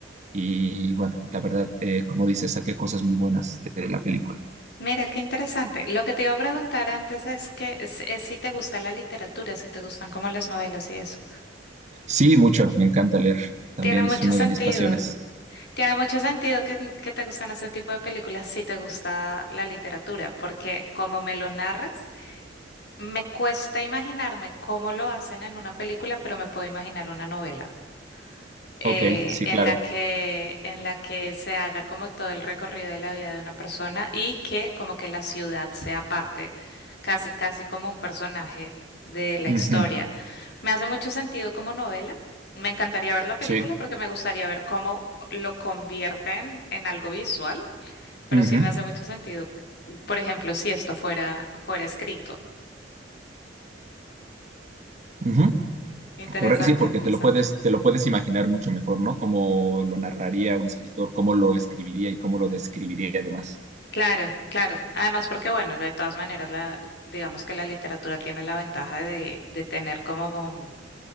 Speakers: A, on the right; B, on the left.
A: y bueno, la verdad, eh, como dices, saqué cosas muy buenas de la película.
B: Mira, qué interesante. Lo que te iba a preguntar antes es que es- es si te gusta la literatura, si te gustan como las novelas y eso.
A: Sí, mucho, me encanta leer, también
B: Tiene mucho
A: es una
B: sentido.
A: de mis pasiones.
B: Tiene mucho sentido que, que te gustan este tipo de películas si te gusta la literatura, porque como me lo narras... Me cuesta imaginarme cómo lo hacen en una película, pero me puedo imaginar una novela eh,
A: Ok, sí,
B: en
A: claro.
B: la que, en la que se haga como todo el recorrido de la vida de una persona y que como que la ciudad sea parte, casi, casi como un personaje de la
A: Ujú,
B: historia. Me hace mucho sentido como novela. Me encantaría ver la película
A: Sí.
B: porque me gustaría ver cómo lo convierten en algo visual, pero
A: Ujú,
B: sí me hace mucho sentido. Por ejemplo, si esto fuera, fuera escrito.
A: ujú.
B: Interesante,
A: Corre- sí, porque
B: interesante.
A: te lo puedes, te lo puedes imaginar mucho mejor, ¿no? Cómo lo narraría un escritor, cómo lo escribiría y cómo lo describiría además.
B: Claro, claro. Además, porque bueno, de todas maneras, la, digamos que la literatura tiene la ventaja de, de tener como,